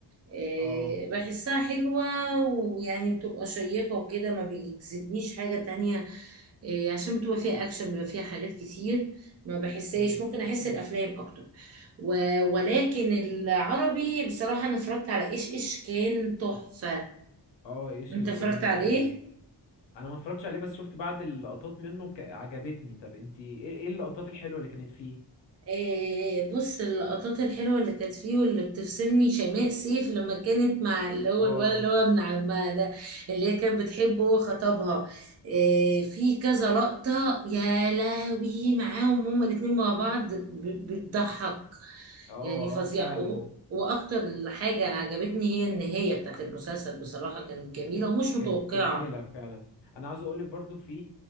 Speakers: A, on the right; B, on the left.
A: إيه،
B: اه
A: بحسها حلوة ويعني بتبقى شيقة وكده ما بيجذبنيش حاجة تانية إيه، عشان بتبقى فيها اكشن بيبقى فيها حاجات كتير ما بحسهاش
B: مم.
A: ممكن احس
B: <clears throat>
A: الافلام اكتر و- ولكن العربي بصراحة انا اتفرجت على ايش ايش كان تحفة
B: اه ايش
A: انت
B: ايش
A: اتفرجت
B: جميل
A: عليه
B: فعلا انا ما اتفرجتش عليه بس شفت بعض اللقطات منه ك... عجبتني طب انت ايه ايه اللقطات الحلوة اللي كانت فيه
A: آه، بص اللقطات الحلوة اللي كانت فيه واللي بتفصلني شماء سيف لما كانت مع اللي هو
B: اه
A: الولد اللي هو ابن عمها ده اللي هي كانت بتحبه هو خطبها آه، في كذا لقطة يا لهوي معاهم هما الاتنين مع بعض ب- بتضحك
B: اه
A: يعني فظيع
B: اه فعلا
A: وهو- واكتر حاجة عجبتني هي النهاية بتاعت المسلسل بصراحة كانت جميلة ومش متوقعة
B: كانت جميلة فعلا انا عاوز اقولك برضو في